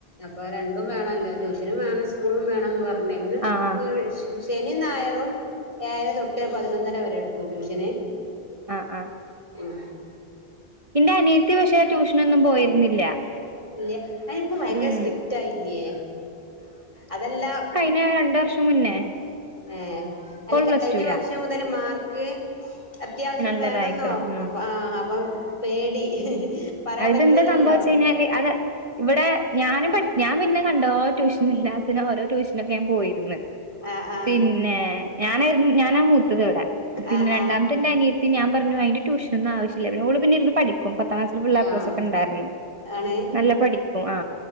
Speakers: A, on the left; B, on the right.
A: ഇപ്പ രണ്ടും വേണല്ലോ ട്യൂഷനും വേണം സ്കൂളും വേണമെന്ന് പറഞ്ഞേ പിന്നെ
B: ആഹ്
A: ശനിയും ഞായറും ഏഴര തൊട്ട് പതിനൊന്നര വരെ എടുക്കും ട്യൂഷന്
B: ആആ
A: ഉം
B: എന്റെ അനിയത്തി പക്ഷേ ട്യൂഷനൊന്നും പോയിരുന്നില്ല
A: ഇല്ല അനിപ്പ ഭയങ്കര
B: ഉം
A: സ്ട്രിക്റ്റ് ആയില്ലേ അതെല്ലാം
B: ന്നെ രണ്ട് വർഷം മുന്നേ
A: ഏഹ്
B: ഇപ്പോൾ
A: അല്ല
B: പ്ലസ്
A: കഴിഞ്ഞ
B: ടുലാ
A: വർഷം മുതൽ മാർക്ക് അത്യാവശ്യം
B: നല്ലതായിക്കണു
A: വേണെന്നോ
B: ഉം
A: അ ആ അപ്പൊ പേടി പറയാൻ
B: അഹ്
A: പറ്റൂലല്ലോ
B: തെന്താ സംഭവെച്ച് കഴിഞ്ഞാല് അത് ഇവിടെ ഞാൻ പഠ ഞാൻ പിന്നെ കണ്ടോ ട്യൂഷന ഇല്ലാത്തിന് ഓരോ ട്യൂഷനൊക്കെ ഞാൻ പോയിന്ന്
A: ആഹ് ആഹ്
B: പിന്നെ ഞാനായിരുന്നു ഞാനാ മൂത്തത് അവിടെ പിന്നെ
A: ആഹ്
B: രണ്ടാമത്തെ
A: ആഹ്
B: എന്റെ അനിയത്തി പിന്നെ ഞാൻ പറഞ്ഞു അയിന്റെ ട്യൂഷനൊന്നും ആവശ്യല്ല ഓള്പിന്നെ ഇരു ന്ന് പഠിക്കും പത്താംക്ലാസില് ഫുള്ള് എ
A: ആഹ്
B: പ്ലസ് ക്കെ ഉണ്ടായിരുന്നു
A: ആണ്
B: നല്ല പഠിക്കും ആ